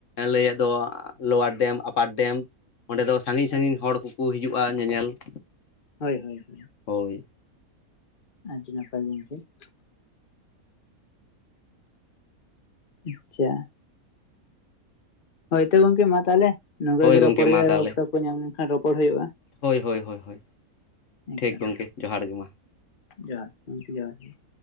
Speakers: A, on the left; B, on the left.
A: ᱞᱟᱹᱭᱮᱫ ᱫᱚ ᱞᱳᱣᱟᱨ ᱰᱮᱢ, ᱟᱯᱟᱨ ᱰᱮᱢ ᱚᱸᱰᱮ ᱫᱚ ᱥᱟᱺᱜᱤᱧ
B: ᱟᱪᱪᱷᱟ
A: ᱥᱟᱺᱜᱤᱧ ᱦᱚᱲ ᱠᱚ ᱠᱚ ᱦᱤᱡᱩᱜᱼᱟ ᱧᱮᱧᱮᱞ ᱾
B: ᱦᱳᱭ ᱦᱳᱭ ᱦᱳᱭ᱾
A: ᱦᱳᱭ ᱾
B: ᱟᱹᱰᱤ ᱱᱟᱯᱟᱭ ᱜᱚᱢᱠᱮ ᱾ ᱟᱪᱪᱷᱟ ᱾ ᱦᱳᱭ ᱛᱚ ᱜᱚᱝᱠᱮ ᱢᱟ ᱛᱟᱦᱚᱞᱮ, ᱱᱚᱝᱠᱟ
A: ᱦᱳᱭ
B: ᱜᱮ
A: ᱜᱚᱢᱠᱮ
B: ᱨᱚᱯᱚᱲ
A: ᱢᱟ
B: ᱦᱩᱭᱩᱜᱼᱟ,
A: ᱛᱟᱦᱚᱞᱮ
B: ᱚᱠᱛᱚ ᱠᱚ ᱧᱟᱢ ᱞᱮᱱᱠᱷᱟᱱ ᱨᱚᱯᱚᱲ ᱦᱩᱭᱩᱜᱼᱟ᱾
A: ᱦᱳᱭ ᱦᱳᱭ ᱦᱳᱭ ᱦᱳᱭ,
B: ᱮᱱᱠᱷᱟᱱ
A: ᱴᱷᱤᱠ ᱜᱚᱢᱠᱮ, ᱡᱚᱦᱟᱨ ᱜᱮ ᱢᱟ ᱾
B: ᱡᱚᱦᱟᱨ ᱜᱚᱢᱠᱮ ᱡᱚᱦᱟᱨ ᱜᱮ ᱾